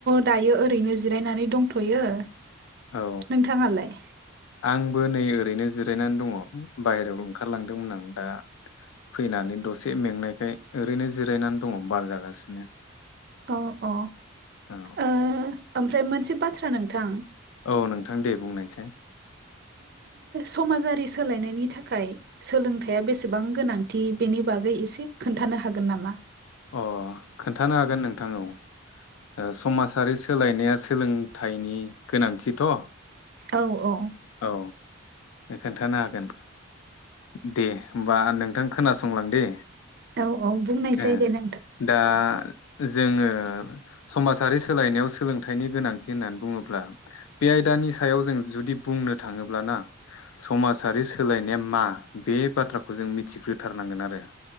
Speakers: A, on the right; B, on the left.
A: दायो ओरै रैनो जिरायनानै दंथ'यो।
B: औ
A: नोंथाङालाय?
B: आंबो नै ओ ओरैनो जिरायनानै दङ। बायेरायाव ओंखारलांदोंमोन आं दा फैनानै दसे मेंनायखाय ओरैनो जिरायनानै दङ बार जागासिनो।
A: अ अ
B: औ
A: ओ ओमफ्राय मोनसे बाथ्रा नोंथां
B: औ नोंथां दे बुंनायसाय
A: थमाजारि सोलायनायनि थाखाय सोलोंथाइया बेसेबां गोनांथि बेनि बागै एसे खोन्थानो हागोन नामा?
B: अ खोन्थानो हागोन नोंथां औ ओ समाजहारि सोलायनायास सोलोंथाइनि गोनांथिथ'
A: औ औ
B: औ खोन्थानो हागोन दे होमबा नोंथां खोनासंलां दे
A: औ औ बुंनायसै
B: ए
A: दे ना
B: दा जोङो समाजारि सोलायनायाव सोलोंथाइनि गोनांथि होननानै बुङोब्ला बे आयदानि सायाव जों जुदि बुंनो थाङोब्लाना समाजारि सोलायनाया मा बे बाथ्राखौ जों मिथिग्रोथारनांगोन आरो